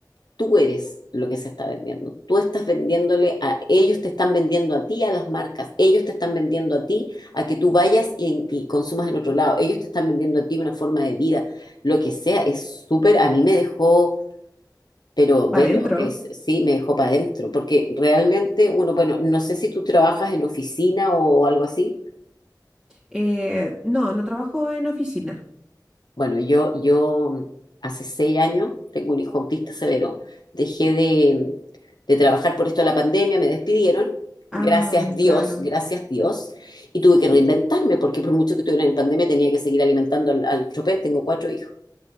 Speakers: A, on the left (about 70°); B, in the centre.
A: tú eres lo que se está vendiendo. Tú estás vendiéndole a ellos, te están vendiendo a ti, a las marcas. Ellos te están vendiendo a ti, a que tú vayas y, y consumas en otro lado. Ellos te están vendiendo a ti una forma de vida, lo que sea. Es súper, a mí me dejó... Pero
B: Para
A: velo,
B: adentro.
A: es, sí, me dejó para adentro, porque realmente uno, bueno, no sé si tú trabajas en oficina o algo así.
B: Eh, no, no trabajo en oficina.
A: Bueno, yo, yo hace seis años, tengo un hijo autista severo, dejé de, de trabajar por esto de la pandemia, me despidieron,
B: Ah,
A: gracias Dios,
B: claro.
A: gracias Dios, y tuve que
B: Sí,
A: reinventarme, porque por mucho que estuviera en pandemia tenía que seguir alimentando al, al chopper, tengo cuatro hijos.